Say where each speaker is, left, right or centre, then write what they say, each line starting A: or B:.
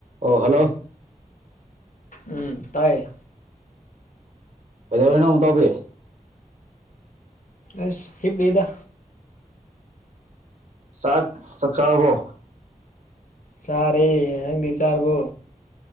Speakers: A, on the right (about 55°); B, on the left (about 70°).
A: ꯑꯣ ꯍꯜꯂꯣ
B: ꯎꯝ ꯇꯥꯏꯌꯦ
A: ꯀꯩꯗꯧꯔꯤꯅꯣꯨꯛ ꯇꯧꯕꯤ
B: ꯑꯁ ꯍꯞ ꯂꯩꯗ
A: ꯆꯥꯛ ꯆ ꯆꯕꯣ
B: ꯆꯥꯔꯦ ꯅꯪꯗꯤ ꯆꯥꯔꯕꯣ